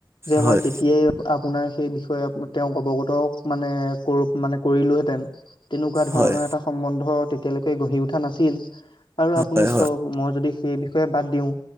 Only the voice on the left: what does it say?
যে
মই তেতিয়াই আপোনাৰ সেই বিষয়ে তেওঁক অৱগত মানে কৰো মানে কৰিলোহেঁতেন। তেনেকুৱা ধৰণৰ
এটা সম্বন্ধ তেতিয়ালৈকে গঢ়ি উঠা নাছিল আৰু আপুনি
ধৰক মই যদি সেই বিষয়ে বাদ দিওঁ